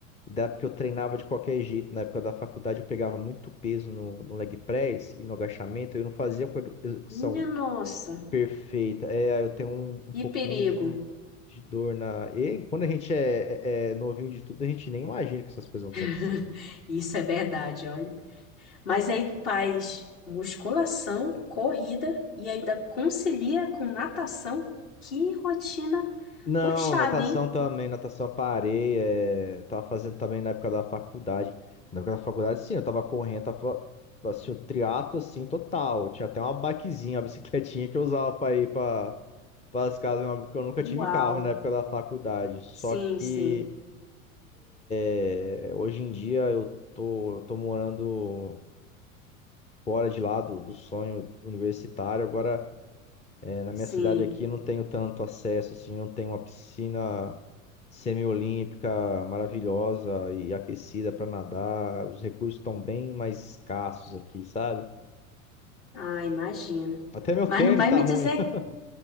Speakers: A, on the left; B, on the left.
A: da época que eu treinava de qualquer jeito. Na época da faculdade eu pegava muito peso no, no leg press e no agachamento. Eu não fazia com a execução
B: minha nossa.
A: Perfeita. É, aí eu tenho um, um
B: Que
A: pouquinho
B: perigo.
A: de, de dor na. E quando a gente é, é- é novinho de tudo, a gente nem imagina que essas coisas vão acontecendo.
B: <laughs> Isso é verdade, olha. Mas aí faz musculação, corrida e ainda concilia com natação. Que rotina
A: Não,
B: puxada,
A: natação
B: hein?
A: também, natação eu parei. É... eu Tava fazendo também na época da faculdade. Na época da faculdade, sim, eu tava correndo, tava assim, o triatlo assim, total. Tinha até uma bikezinha, uma bicicletinha que eu usava pra ir pra, pras casas, do meu amigo, porque eu nunca tive
B: Uau!
A: carro na época da faculdade. Só
B: Sim,
A: que
B: sim,
A: é, hoje em dia eu tô, eu tô morando. fora de lá do, do sonho universitário. Agora, é, na
B: sim.
A: minha cidade aqui, não tenho tanto acesso, assim, não tenho uma piscina semiolímpica maravilhosa e aquecida para nadar. Os recursos estão bem mais escassos aqui, sabe?
B: Ah, imagino.
A: Até meu
B: Mas
A: tênis
B: não vai
A: tá
B: me
A: ruim.
B: dizer.
A: <laughs>